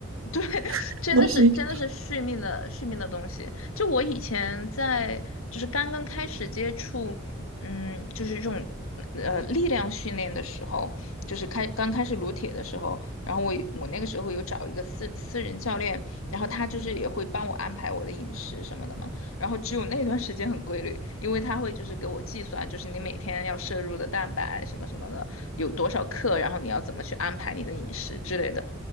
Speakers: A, on the left; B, on the right.
A: 对，<laughs>
B: <laughs>
A: 真的是真的是续命的续命的东西。
B: 东西。<laughs>
A: 就我以前在就是刚刚开始接触，嗯，就是这种呃力量训练的时候，就是开刚开始撸铁的时候，然后我我那个时候有找一个私私人教练，然后他就是也会帮我安排我的饮食什么的嘛。然后只有那段时间很规律，因为他会就是给我计算，就是你每天要摄入的蛋白什么什么的有多少克，然后你要怎么去安排你的饮食之类的。